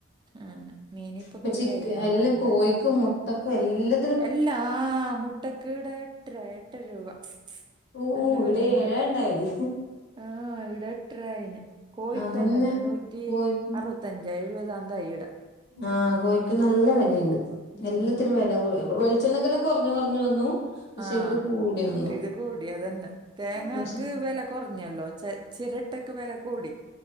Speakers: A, on the right (about 20°); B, on the left (about 55°).
A: അങ്ങനെ മീന് ഇപ്പൊ
B: ഇപ്പ
A: കൊറേയായി
B: ചിക്ക
A: ഞാൻ
B: എല്ലാം
A: വാങ്ങിക്കാ
B: കോഴിക്ക് മു ട്ടക്കും എല്ലാ
A: എല്ലാ മുട്ടക്കീടെ എട്ട എട്ടര രൂപ
B: ഓഹ്
A: നല്ല
B: ഇവിടെ
A: വെലയ്ണ്ട്
B: ഏഴാ ഇണ്ടായത്
A: ആഹ് ഇവിടെ എട്ട്ര ആയിന് കോഴിക്കും
B: അതന്നെ
A: അങ്ങൻന്നെ നൂറ്റി
B: കോഴിക്കും
A: അറുപത്തഞ്ച എഴുപതാന്താ ഇവിടെ
B: ആഹ് കോഴിക്കും നല്ല വെലയിണ്ട്
A: ഉം
B: എല്ലാത്തിനും വെല കൂ വെളിച്ചെണ്ണക്കല്ലാം കൊറഞ്ഞ് കൊറ്ഞ്ഞു വന്നു പക്ഷെ
A: ആഹ്
B: ഇത് കൂടി വന്നു
A: ഇത് കൂടിയതന്നെ തേങ്ങക്ക്
B: പക്ഷെ
A: വെല കൊറഞ്ഞല്ലോ ച ചിരട്ടക്ക് വെല കൂടി